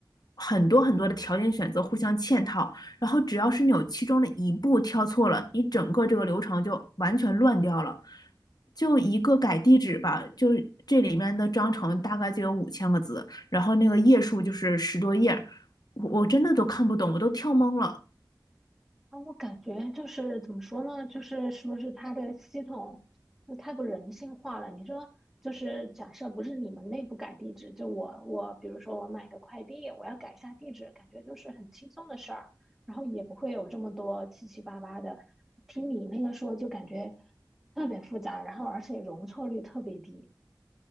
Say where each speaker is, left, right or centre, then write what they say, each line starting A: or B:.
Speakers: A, on the left; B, in the centre.
A: 很多很多的条件选择互相嵌套，然后只要是你有其中的一步跳错了，你整个这个流程就完全乱掉了。就一个改地址吧，就这里面的章程大概就有五千个字，然后那个页数就是十多页，我我真的都看不懂，我都跳懵了。
B: 啊，我感觉就是怎么说呢？就是是不是它的系统就太不人性化了？你说，就是假设不是你们内部改地址，就我我比如说我买个快递，我要改一下地址，感觉就是很轻松的事儿，然后也不会有这么多七七八八的。听你那个说，就感觉特别复杂，然后而且容错率特别低。